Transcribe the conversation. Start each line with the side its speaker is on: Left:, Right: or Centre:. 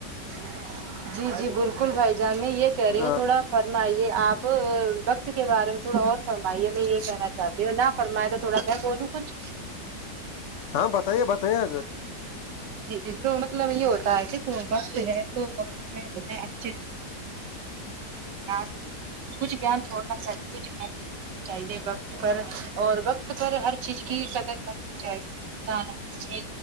Right: <inaudible> جی جی بالکل بھائی جان میں یہ کہہ رہی
Left: ہاں
Right: ہوں تھوڑا فرمائیے آپ وقت کے بارے میں تھوڑا اور فرمائیے میں یہ کہنا چاہتا ہوں نا پر میں تو تھوڑا میں بولوں کچھ
Left: ہاں بتائیے بتائیے
Right: جی تو مطلب یہ ہوتا ہے کہ وقت ہے تو وقت ان کچھ گان تھوڑا سے کچھان چاہیے وقت پر اور وقت پر ہر چیز کی قدر کرنی چاہیے انسان جی